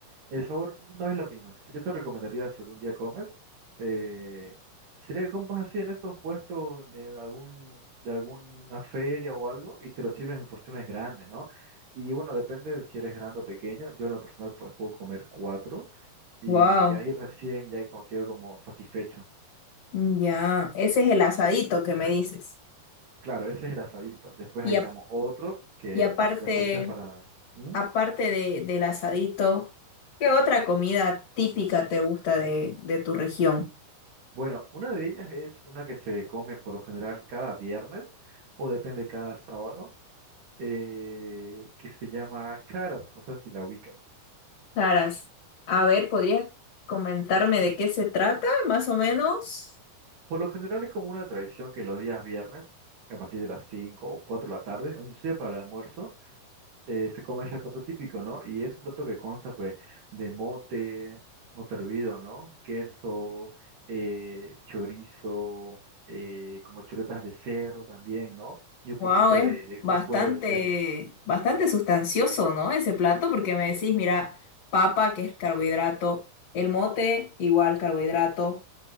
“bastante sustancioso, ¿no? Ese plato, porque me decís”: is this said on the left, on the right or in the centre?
Left